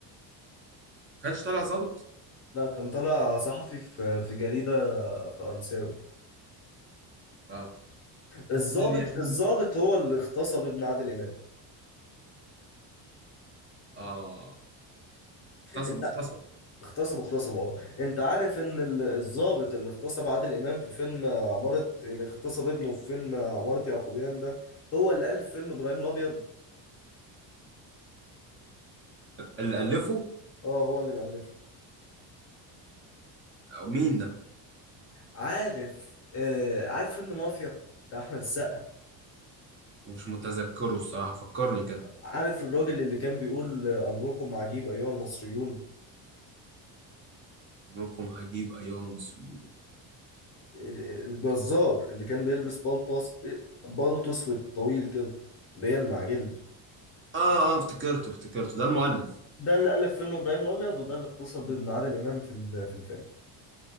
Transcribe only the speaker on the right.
كانش طالع ظابط
آه
بس يعني
آه اغتصب
اغتصب
اللي ألفه
أو مين ده
مش متذكره الصراحة فكرني كده
عمركم هجيب أيها المصريون
اه اه افتكرته افتكرته ده المؤلف